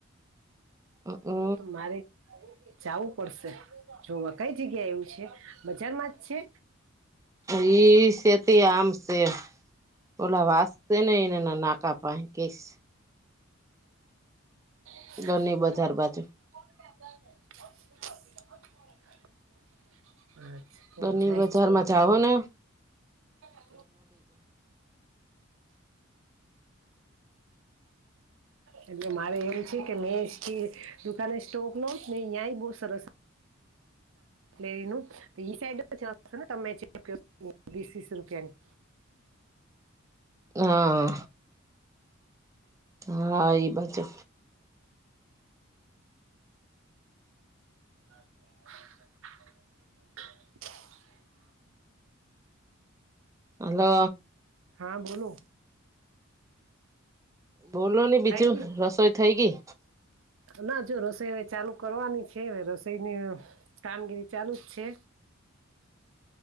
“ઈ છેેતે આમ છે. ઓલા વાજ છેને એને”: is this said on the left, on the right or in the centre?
Right